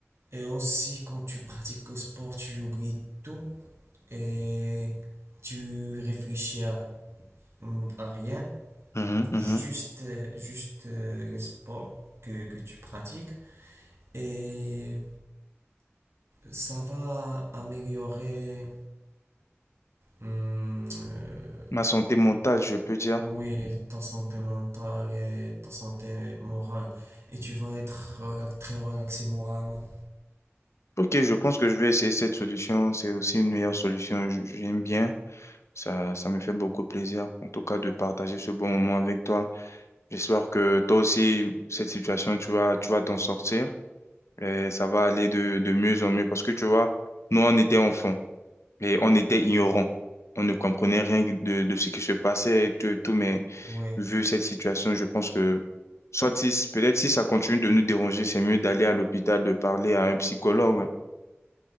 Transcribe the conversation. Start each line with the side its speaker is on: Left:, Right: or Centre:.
Right: Et aussi, quand tu pratiques le sport, tu oublies tout et tu réfléchis à, mm, à rien,
Left: Mhm, mhm.
Right: juste, euh, juste euh, le sport que, que tu pratiques. Et Ça va améliorer, hum, euh,
Left: Ma santé mentale, je peux dire.
Right: oui, ta santé mentale et ta santé morale. Et tu vas être relax- très relaxé moralement.
Left: Ok, je pense que je vais essayer cette solution. C'est aussi une meilleure solution. J- J'aime bien. Ça, ça me fait beaucoup plaisir, en tout cas, de partager ce bon moment avec toi. J'espère que toi aussi, cette situation, tu vas, tu vas t'en sortir et ça va aller de, de mieux en mieux parce que tu vois, nous, on était enfants et on était ignorants. On ne comprenait rien de, de ce qui se passait et tout, et tout, mais
Right: Oui.
Left: vu cette situation, je pense que soit si, peut-être si ça continue de nous déranger, c'est mieux d'aller à l'hôpital, de parler à un psychologue.